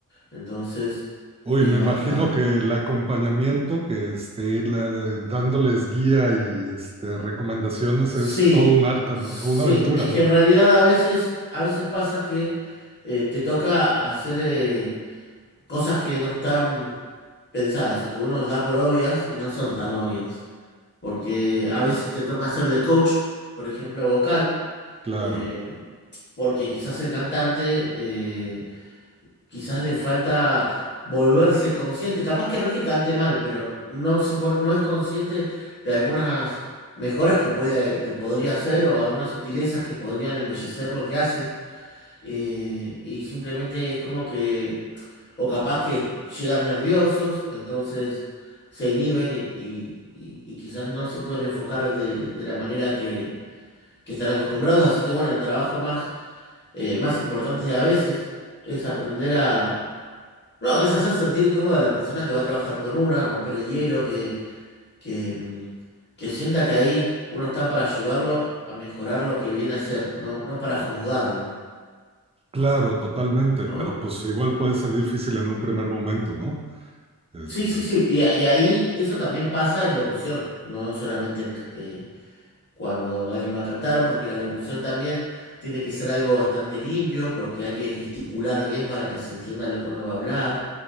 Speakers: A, on the left; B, on the right.
A: Entonces,
B: Uy,
A: eh,
B: me
A: va-
B: imagino
A: eh, va-
B: que el acompañamiento, que este, ir la- dándoles guía y este, recomendaciones
A: sí,
B: es todo un arte,
A: sí,
B: ¿no? Una aventura,
A: es
B: ¿no?
A: que en realidad a veces, a veces pasa que eh, te toca hacer eh, cosas que no están pensadas o que uno da por obvias y no son tan obvias. Porque a veces te toca hacer de coach, por ejemplo, vocal.
B: Claro,
A: eh, porque quizás el cantante, eh, quizás le falta volverse consciente. Capaz que no es que cante mal, pero no se pon- no es consciente de algunas mejoras que puede, que podría hacer o algunas sutilezas que podrían embellecer lo que hace. Eh, y simplemente es como que, o capaz que llegan nerviosos, entonces se inhiben y, y- y- y quizás no se pueden enfocar de, de la manera que que están acostumbrados. Así que bueno, el trabajo más eh, más importantes a veces, es aprender a... No, es hacer sentir cómoda a la persona que va a trabajar con una, romper el hielo, que, que, mm, que sienta que ahí uno está para ayudarlo a mejorar lo que viene a hacer, no, no para juzgarlo,
B: claro, totalmente,
A: ¿no?
B: pero pues igual puede ser difícil en un primer momento, ¿no? Es,
A: Sí,
B: eh,
A: sí, sí, y, a- y ahí eso también pasa en locución, no solamente en, eh, cuando alguien va a cantar, porque la locución también tiene que ser algo bastante limpio, porque hay que gesticular bien para que se entienda lo que uno va a hablar.